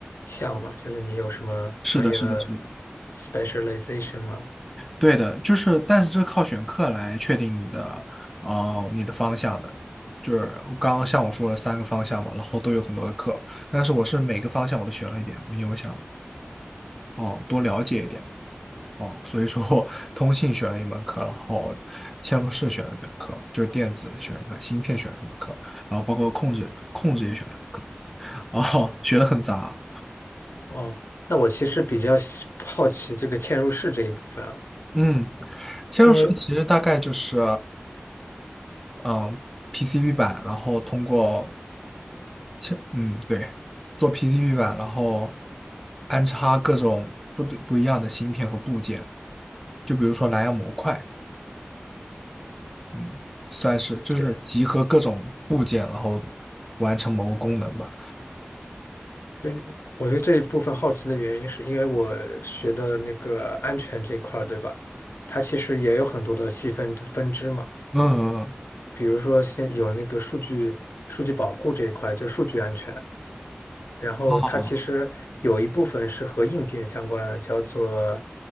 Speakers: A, on the left (about 80°); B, in the centre.
A: 项嘛？就是你有什么专业的
B: 是的，是的，是的。
A: specialization 吗？
B: 对的，就是，但是这靠选课来确定你的，呃，你的方向的。就是我刚刚像我说了三个方向嘛，然后都有很多的课，但是我是每个方向我都选了一点，因为我想哦多了解一点哦，所以说我通信选了一门课，然后嵌入式选了一门课，就是电子选了一个，芯片选了一门课，然后包括控制控制也选了一门课，哦，学的很杂。
A: 哦，那我其实比较喜好奇这个嵌入式这一部分啊，
B: 嗯，嵌入式其实大概就是，
A: 因为
B: 嗯，PCB 版，然后通过切嗯，对，做 PCB 版，然后安插各种不对不一样的芯片和部件，就比如说蓝牙模块，嗯，算是就是集合各种部件，
A: 对，
B: 然后完成某个功能吧。
A: 对我对这一部分好奇的原因是因为我学的那个安全这一块儿，对吧？它其实也有很多的细分分支嘛，
B: 嗯，嗯嗯
A: 比如说现有那个数据数据保护这一块，就是数据安全。然后它其实有一部分是和硬件相关的，
B: 哦，
A: 叫做